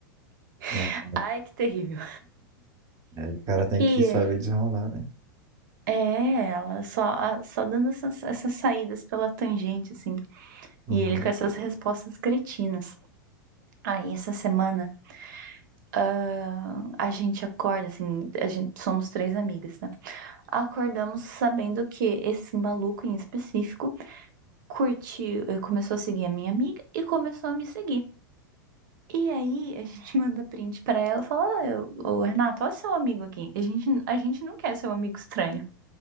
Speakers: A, on the right (about 35°); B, on the right (about 70°).
A: Não,
B: <laughs>
A: não.
B: Ai, que terrível.
A: É, o cara tem
B: E
A: que saber
B: aí?
A: desenrolar, né?
B: É, ela só, a- só dando essas, essas saídas pela tangente, assim.
A: Hum,
B: E ele com essas respostas cretinas. Aí, essa semana, ah, a gente acorda, assim, a gente, somos três amigas, né? Acordamos sabendo que esse maluco em específico curtiu, eh, começou a seguir a minha amiga e começou a me seguir. E aí, a gente <laughs> manda print pra ela e fala: "Ah, eu- Ô, Renato, olha seu amigo aqui. A gente, a gente não quer seu amigo estranho.